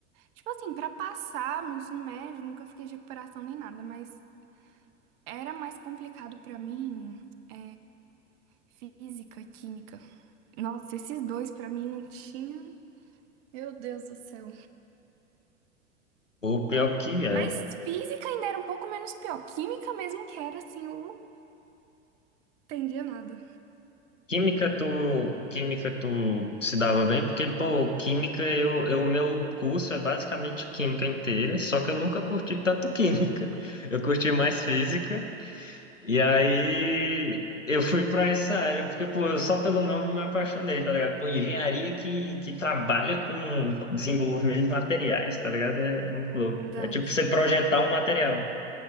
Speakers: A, on the right (about 40°); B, on the left (about 85°).
A: tipo assim, pra passar meu ensino médio, nunca fiquei de recuperação nem nada, mas era mais complicado pra mim, é, física e química. Nossa, esses dois pra mim não tinha. Meu Deus do céu.
B: Pô, pior que é.
A: Mas física ainda era um pouco menos pior. Química mesmo que era assim, eu não entendia nada.
B: Química tu, química tu se dava bem, porque, pô, química, eu, eu, o meu curso é basicamente química inteira, só que eu nunca curti tanto química. <laughs> Eu curti mais física, e aí eu fui pra essa área, porque, pô, eu só pelo nome me apaixonei, tá ligado? Pô, engenharia que, que trabalha com desenvolvimento de materiais, tá ligado? É, é muito louco.
A: Verdade.
B: É tipo você projetar um material.